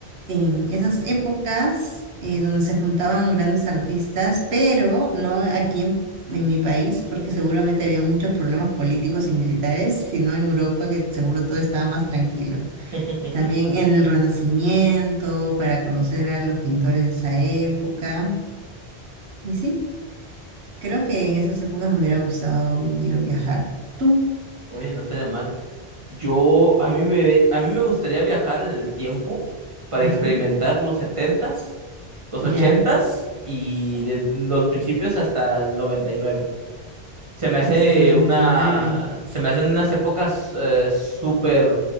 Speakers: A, on the right; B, on the right.
A: en esas épocas eh, donde se juntaban grandes artistas, pero no aquí en, en mi país, porque seguramente había muchos problemas políticos y militares, sino en Europa, que seguro todo estaba más tranquilo.
B: <laughs>
A: También en el Renacimiento, para conocer a los pintores de esa época. Y sí, creo que en esas épocas me hubiera gustado vivir o viajar. ¿Tú?
B: Oye, no estaría mal. Yo, a mí me, a mí me gustaría viajar en el tiempo para
A: Ajá,
B: experimentar los setentas los
A: ya,
B: ochentas y de los principios hasta el noventa y nueve se me hace
A: hasta el 99.
B: una, se me hacen unas épocas eh, súper,